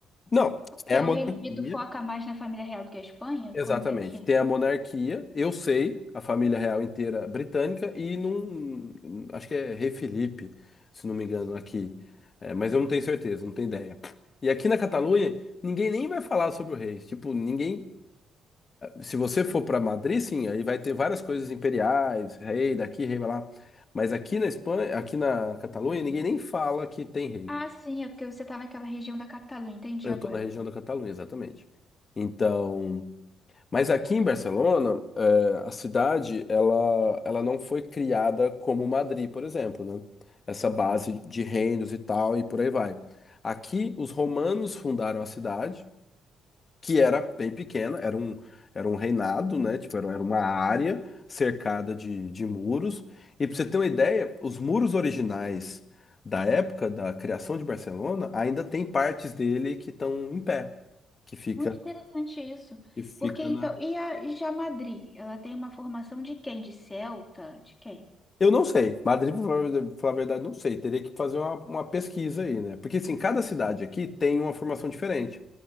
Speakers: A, on the left (about 35°); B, on the left (about 15°).
A: Não, é
B: Que
A: a monarquia.
B: o Reino Unido foca mais na família real do que a Espanha?
A: Exatamente.
B: Como é que é?
A: Tem a monarquia, eu sei, a família real inteira britânica, e num. Acho que é Rei Felipe, se não me engano, aqui. É, mas eu não tenho certeza, não tenho ideia. E aqui na Catalunha, ninguém nem vai falar sobre o rei. Tipo, ninguém. Se você for para Madrid, sim, aí vai ter várias coisas imperiais, rei daqui, rei lá. Mas aqui na Espanha, aqui na Catalunha, ninguém nem fala que tem rei.
B: Ah, sim, é porque você tá naquela região da Catalunha, entendi
A: Eu
B: agora.
A: estou na região da Catalunha, exatamente. Então, mas aqui em Barcelona, eh, a cidade, ela, ela não foi criada como Madrid, por exemplo, né? Essa base de reinos e tal, e por aí vai. Aqui, os romanos fundaram a cidade, que era bem pequena, era um, era um reinado, né? Tipo, era, era uma área cercada de, de muros. E para você ter uma ideia, os muros originais da época da criação de Barcelona ainda tem partes dele que estão em pé, que fica,
B: Muito interessante isso.
A: que fica
B: Porque então,
A: na.
B: e a e já Madrid, ela tem uma formação de quem? De celta? De quem?
A: Eu não sei, Madrid, pra falar a verdade, falar a verdade, não sei. Teria que fazer uma, uma pesquisa aí, né? Porque assim, cada cidade aqui tem uma formação diferente.